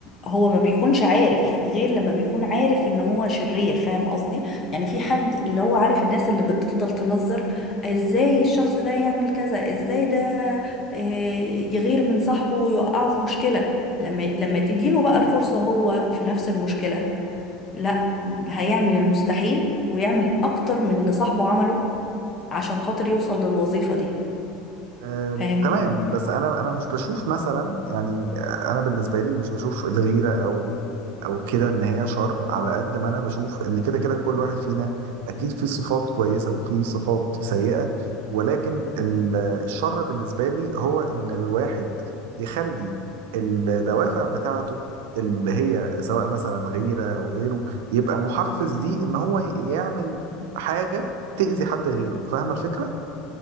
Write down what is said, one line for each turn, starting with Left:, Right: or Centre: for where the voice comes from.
Left: هو ما بيكونش عارف غير لما بيكون عارف ان هو شرير فاهم قصدي يعني في حد اللي هو عارف الناس اللي بتفضل تنظر ازاي الشخص ده يعمل كذا ازاي ده آه، يغير من صاحبه ويوقعه في مشكلة لما لما تجيله بقى الفرصة هو في نفس المشكلة لا هيعمل المستحيل ويعمل اكتر من اللي صاحبه عمله عشان خاطر يوصل للوظيفة دي
Right: آه،
Left: فاهمني
Right: تمام بس انا انا مش بشوف مثلا يعني آه، انا بالنسبه لي مش بشوف الغيره او او كده ان هي شر على قد ما انا بشوف ان كده كده كل واحد فينا اكيد فيه صفات كويسه وفيه صفات سيئه ولكن ال- الشر بالنسبه لي هو ان الواحد يخلي الدوافع بتاعته اللي هي سواء مثلا غيره او غيره يبقى محفز ليه ان هو يعمل حاجه تأذي حد غيره فاهمه الفكره